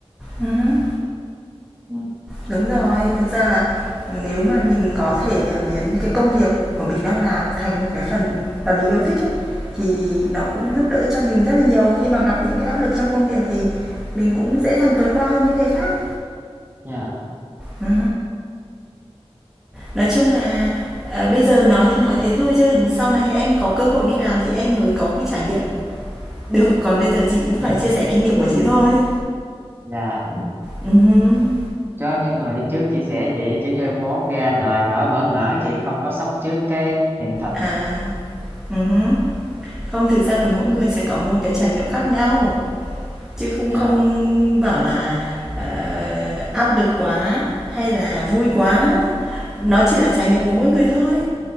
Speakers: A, in the centre; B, on the right (about 20°).
A: ừ.
B: Ừ.
A: đúng rồi thực ra là nếu mà mình có thể à, biến cái công việc của mình đang làm thành một cái phần mà mình yêu thích ấy, thì nó cũng giúp đỡ cho mình rất là nhiều khi mà gặp những cái áp lực trong công việc thì mình cũng dễ dàng vượt qua hơn những người khác
B: Dạ. yeah.
A: ừ. Nói chung là, ờ, bây giờ nói thì nói thế thôi chứ sau này em có cơ hội đi làm thì em mới có cái trải nghiệm được, còn bây giờ chị cũng
B: Ừm.
A: là chia sẻ kinh nghiệm của chị thôi.
B: Dạ,
A: Ừm
B: Cho những người đi trước chia sẻ vậy, kiểu như, mai mốt ra đời đỡ bỡ ngỡ chị, không có sốc trước cái hiện thực.
A: À, ừm Không, thực ra là mỗi người sẽ có một cái trải nghiệm khác nhau, chứ cũng
B: Dạ,
A: không bảo là, ờ, áp lực quá hay là vui quá, nó chỉ là trải nghiệm của mỗi người thôi.